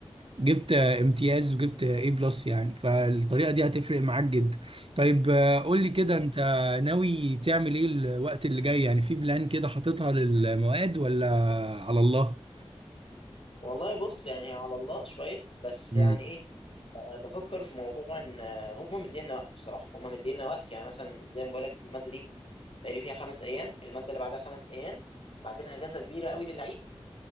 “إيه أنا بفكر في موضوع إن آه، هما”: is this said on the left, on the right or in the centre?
Left